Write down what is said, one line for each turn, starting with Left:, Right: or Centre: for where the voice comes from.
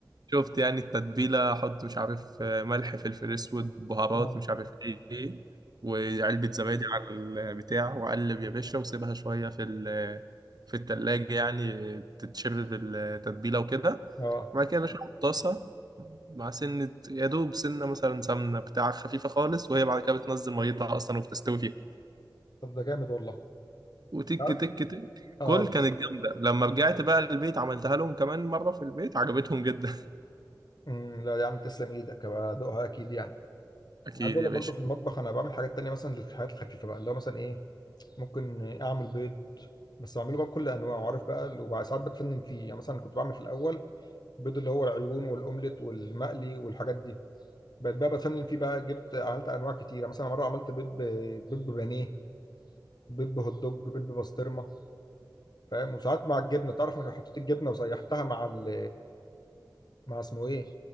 Right: شفت يعني التتبيلة أحط مش عارف آه، ملح فلفل أسود بهارات
Left: اه
Right: مش عارف إيه وعلبة زبادي على البتاع وأقلب يا باشا وسيبها شوية في ال... في التلاجة يعني تتشرب التتبيلة وكده
Left: اه
Right: وبعد كده يا باشا في طاسة مع سنة يا دوب سنة مثلا سمنة بتاع خفيفة خالص وهي بعد كده بتنزل ميتها أصلا وبتستوي فيها
Left: طب ده جامد والله
Right: وتك
Left: عارف؟
Right: تك تك
Left: اه
Right: كل
Left: بس
Right: كانت جامدة لما رجعت بقى البيت عملتها لهم كمان مرة في البيت عجبتهم جدا
Left: امم لا يا عم تسلم ايدك هبقى ادوقها اكيد يعني
Right: <laughs> أكيد
Left: أنا عايز اقول
Right: يا
Left: لك
Right: باشا
Left: برضه في المطبخ انا بعمل حاجات تانية مثلا للحاجات الخفيفه بقى اللي هو مثلا ايه ممكن اعمل بيض بس بعمله بقى بكل انواعه عارف بقى اللي- وبعد ساعات بتفنن فيه يعني مثلا كنت بعمل في الاول بيض اللي هو العيون والاومليت والمقلي والحاجات دي بقيت بقى بتفنن فيه بقى جبت عملت انواع كتيره مثلا مره عملت بيض ب... بيض ببانيه بيض بهوت دوج بيض ببسطرمه فاهم وساعات مع الجبنه تعرف انك لو حطيت الجبنه وسيحتها مع ال... مع اسمه ايه